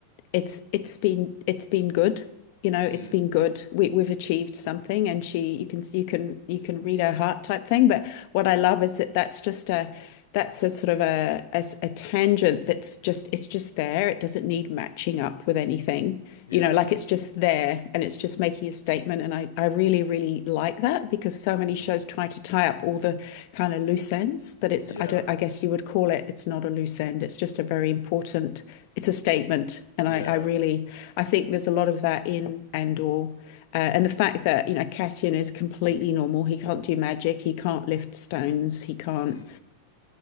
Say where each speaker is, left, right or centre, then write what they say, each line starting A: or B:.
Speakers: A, on the left; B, on the left.
A: it's it's been it's been good. You know, it's
B: mm,
A: been good. We we've achieved something, and she you can you can you can read her heart type thing. But what I love is that that's just a that's a sort of a, a a tangent that's just it's just there. It doesn't need matching up with anything.
B: yeah,
A: You know, like it's just there, and it's just making a statement. And I I really really, really like that because so many
B: mm,
A: shows try to tie up all the kind of loose ends, but it's,
B: yeah,
A: I don't, I guess you would call it, it's not a loose end. It's just a very important, it's a statement. And
B: yeah,
A: I, I really, I think there's a lot of that in Andor. Uh, and
B: mm,
A: the fact that, you know, Cassian is completely normal. He can't do magic. He can't lift stones. He can't
B: mm,